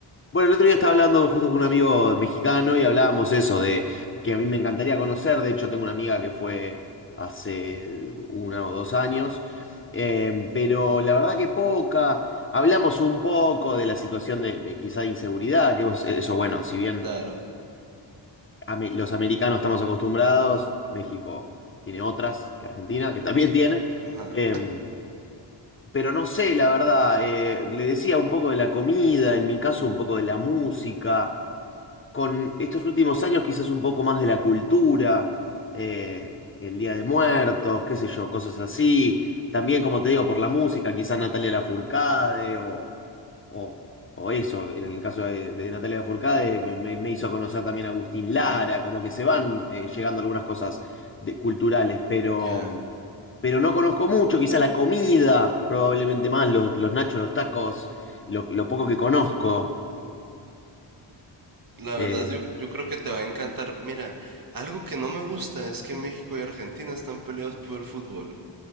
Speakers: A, on the left; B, on the right.
A: Bueno, el otro día estaba hablando justo con un amigo mexicano y hablábamos eso de que a mí me encantaría conocer. De hecho, tengo una amiga que fue hace una o dos años, eh, pero la verdad que poca. Hablamos un poco de la situación de, de quizá de inseguridad, que vos- eh, eso, bueno, si bien
B: Claro,
A: ame- los americanos estamos acostumbrados, México tiene otras que Argentina, que también tiene.
B: ajá,
A: em, pero no sé, la verdad, eh, le decía un poco de la comida, en mi caso un poco de la música con estos últimos años quizás un poco más de la cultura, eh, el Día de Muertos, qué sé yo, cosas así. También, como te digo, por la música, quizás Natalia Lafourcade o, o, o eso, en el caso de, de Natalia Lafourcade me, me- me hizo conocer también a Agustín Lara, como que se van eh, llegando algunas cosas de- culturales, pero,
B: ya.
A: pero no conozco mucho, quizá la comida, probablemente más, los, los nachos, los tacos, lo, lo poco que conozco.
B: La
A: eh,
B: verdad, yo, yo creo que te va a encantar. Mira, algo que no me gusta es que México y Argentina están peleados por el fútbol.